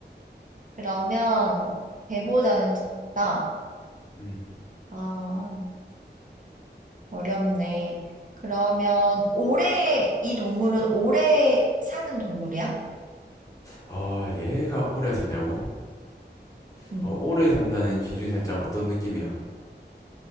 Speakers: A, on the right; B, on the left.
A: 그러면 배보다는 작다.
B: 음.
A: 아, 어렵네. 그러면 올해 이 동물은 올해 사는 동물이야?
B: 아, 얘가 오래 사냐고?
A: 응.
B: 어, 오래 산다는 기준이 살짝 어떤 느낌이야?